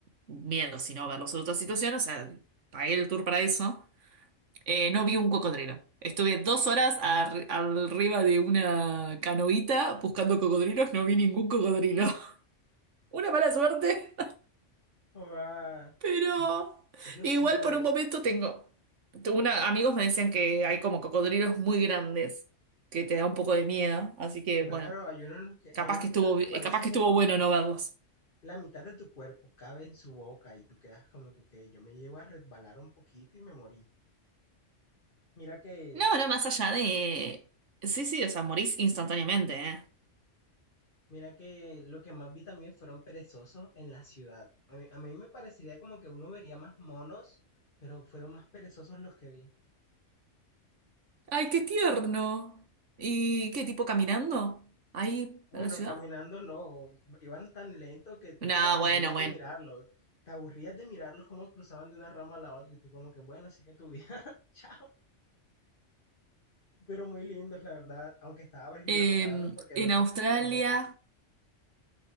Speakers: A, on the right (about 75°); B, on the left (about 45°).
A: miedo, si no verlos en otra situación, o sea, pagué el tour para eso. Eh, no vi un cocodrilo. Estuve dos horas ar- arriba de una canoita buscando cocodrilos, no vi ningún cocodrilo. <laughs> Una mala suerte,
B: Ah,
A: <laughs> pero
B: yo
A: igual
B: sí tuve,
A: por un momento tengo. tuve Una, amigos me decían que hay como cocodrilos muy grandes, que te da un poco de miedo, así que
B: claro,
A: bueno,
B: hay unos en los que,
A: capaz
B: hay unos
A: que estuvo,
B: que en los
A: bi-
B: que parece
A: capaz que
B: que
A: estuvo bueno no verlos.
B: la mitad de tu cuerpo cabe en su boca y tú quedas como que "Ok, yo me llevo a resbalar un poquito y me morí. Mira que,
A: No, no, más allá de... Sí, sí, o sea, morís instantáneamente, ¿eh?
B: mira que lo que más vi también fueron perezosos en la ciudad. A mí, a mí me parecería como que uno vería más monos, pero fueron más perezosos los que vi.
A: Ay, qué tierno. ¿Y qué tipo caminando? Ahí
B: Bueno,
A: en la ciudad.
B: caminando no, iban tan lento que tú
A: No,
B: te aburrías
A: bueno, bueno.
B: de mirarlos. Te aburrías de mirarlos cómo cruzaban de una rama a la otra y tú como que, bueno, sigue tu vida, <laughs> chao. Pero muy lindos, la verdad, aunque estaba prohibido
A: Em,
B: tocarlos porque los
A: en Australia,
B: tocas y te mueres.